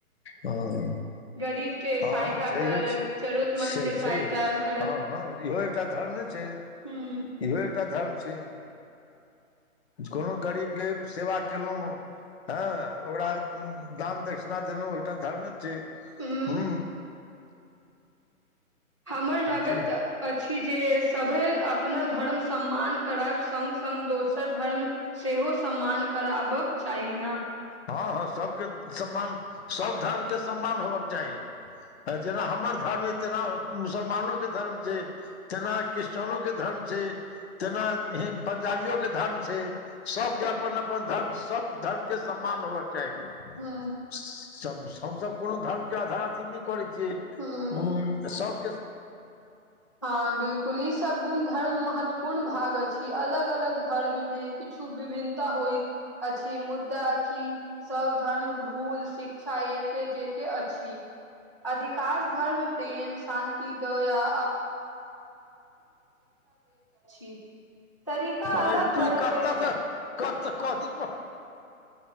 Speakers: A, on the left (about 45°); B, on the left (about 25°).
A: हँ
B: गरीब के सहायता
A: हँ छैहे
B: करत जरूरतमन्द
A: से
B: के
A: छैहे
B: सहायता करत
A: हँ हँ इहो एकटा धर्म ने छै
B: हूँ
A: इहो एकटा धर्म छै कोनो गरीबके सेवा केलहुँ हँ ओकरा दान दक्षणा देलहु ओटा धर्मे छै
B: हूँ
A: हु
B: हमर लगैत
A: छी
B: अछि जे सभ अपना धर्म सम्मान करब सङ्ग सङ्ग दोसर धर्म सेहो सम्मान कराबक चाही ना
A: हँ हँ सबके सम्मान सब धर्मके सम्मान होबऽके चाही जेना हमर धर्म अ तेना मुसलमानो के धर्म छै तेना क्रिश्चनो के धर्म छै तेना पंजाबियो के धर्म छै सबके अपन अपन धर्म सब धर्म के सम्मान होव छै
B: चाही
A: सबस पूर्व धर्म कोनो धर्म के आधा अथी नहि करै छियै
B: हूँ हूँ
A: सब
B: हँ बिलकुल ई सब गुण धर्म महत्व कोर्न भाग अछि अलग अलग धर्म मे किछु विभिन्नता होइ अछि मुद्दा कि सब धर्म भूल शिक्षा एके जे के अछि अधिकांश धर्म प्रेम शान्ति दया <unintelligible> तरीका अलग
A: अ त
B: होइ
A: कता
B: छै
A: त क कथि हँ